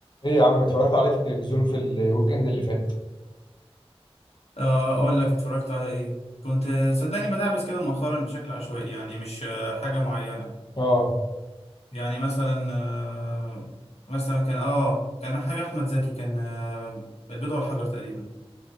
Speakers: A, on the left; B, on the left.
A: ايه يا عم اتفرجت عليه في التلفزيون في الويك اند اللي فات
B: آه، اقول لك اتفرجت على ايه كنت آه، صدقني بدعبس كده مؤخرا بشكل عشوائي يعني مش آه، حاجه معينه
A: اه
B: يعني مثلا آه، مثلا كان اه كان حاجه احمد زكي كان آه، البيضه والحجر تقريبا